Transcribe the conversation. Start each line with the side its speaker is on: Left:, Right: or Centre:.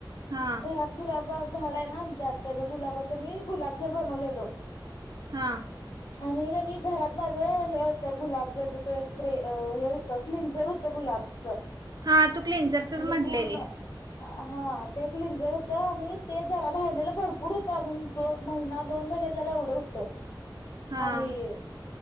Right: हां
Left: घरात गुलाबा झाड आहे ना आमच्यात, त्याच गुलाबाच मी गुलाबजल बनवलेलो.
Right: हां.
Left: आणि कणी घरात माझ हे होतं, गुलाबजलच ते स्प्रे. अ हे होतं क्लिनझर होत गुलाबच,
Right: हां तू क्लिन्झरचंच
Left: म्हणजे
Right: म्हटलेली
Left: पूर्ण हा ते क्लिनजर होतं, आणि ते जरा राहिलेलं भरपूर होतं अजून दो महिना दोन महिने जाईल एवढं होतं.
Right: हां
Left: आणि,